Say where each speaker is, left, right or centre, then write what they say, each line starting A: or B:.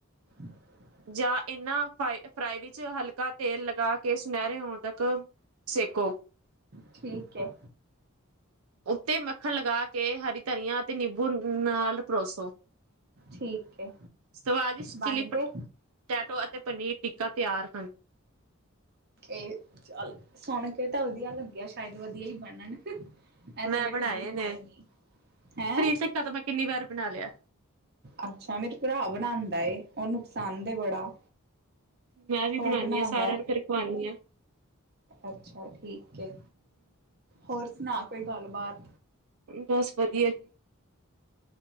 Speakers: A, on the right; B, on the right.
A: <inaudible>
B: ਜਾਂ ਇਹਨਾਂ ਫ ਫਰਾਈ ਵਿੱਚ, ਹਲਕਾ ਤੇਲ ਲਗਾ ਕੇ ਸੁਨਹਿਰੇ ਹੋਣ ਤੱਕ ਸੇਕੋ।
A: ਠੀਕ ਹੈ।
B: ਉੱਤੇ ਮੱਖਣ, ਲਗਾ ਕੇ ਹਰੀ ਧਨੀਆ ਅਤੇ ਨਿੰਬੂ ਨਾਲ ਪਰੋਸੋ।
A: ਠੀਕ ਹੈ
B: ਸਵਾਦਿਸ਼ਟ
A: ਬਣ
B: ਚਿਲੀ ਪਟੈਟੋ
A: ਗਏ
B: ਤੇ ਪਨੀਰ ਟਿੱਕਾ ਤਿਆਰ ਹਨ।
A: ਇਹ ਚੱਲ ਸੁਣ ਕੇ ਤਾਂ ਵਧੀਆ ਲੱਗਿਆ, ਸ਼ਾਇਦ ਵਧੀਆ ਹੀ ਬਣਨ। ਐਸੇ
B: ਮੈਂ
A: ਮੈ ਕਦੀ ਬਣਾਏ
B: ਨੇ।
A: ਨ੍ਹੀ, ਹੈਂ।
B: ਪਨੀਰ ਟਿੱਕਾ ਤਾਂ ਮੈਂ ਕਿੰਨੀ ਵਾਰ ਬਣਾ ਲਿਆ।
A: ਅੱਛਾ, ਮੇਰੇ ਭਰਾ ਬਣਾਉਂਦਾ ਏ ਓਹਨੂੰ ਪਸੰਦ ਏ ਬੜਾ
B: ਮੈਂ ਵੀ
A: ਉਹ
B: ਬਣਾਉਦੀ
A: ਬਣਾਂਦਾ
B: ਹਾਂ ।ਸਾਰਿਆਂ ਨੂੰ ਫਿਰ ਖਵਾਉਂਦੀ ਹਾਂ।
A: ਅੱਛਾ ਠੀਕ ਹੈ, ਹੋਰ ਸੁਣਾ ਕੋਈ ਗੱਲਬਾਤ।
B: ਬਸ ਵਧੀਆ